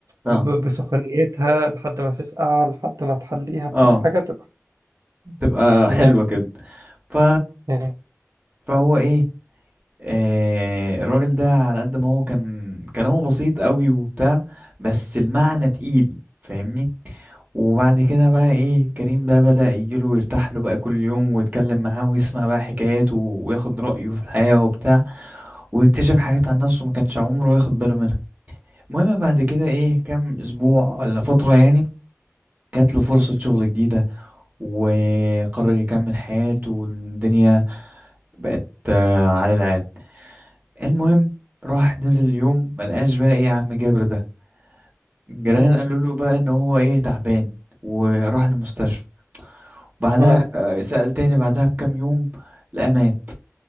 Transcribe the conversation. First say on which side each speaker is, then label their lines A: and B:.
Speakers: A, on the right; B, on the right.
A: اه
B: ب- بسخونيتها لحد ما تسقع لحد ما تحليها بكل
A: اه
B: حاجة تبقى
A: تبقى
B: تمام
A: حلوة كده ف...
B: تمام
A: فهو ايه آه الراجل ده على قد ما هو كان كلامه بسيط قوي وبتاع بس المعنى تقيل فاهمني وبعد كده بقى ايه كريم بقى بدأ يجيله ويرتاح له بقى كل يوم ويتكلم معاه ويسمع بقى حكاياته وياخد رأيه في الحياة وبتاع ويكتشف حاجات عن نفسه ما كانش عمره ياخد باله منها المهم بعد كده ايه كام اسبوع ولا فترة يعني جات له فرصة شغل جديدة وقرر يكمل حياته والدنيا بقت آه، على العال المهم راح نزل اليوم ملقاش بقى ايه يا عم جابر ده الجيران
B: مم.
A: قالوا له بقى ان هو ايه تعبان وراح المستشفى بعدها
B: تمام.
A: آه، سأل تاني بعدها بكام يوم لقى مات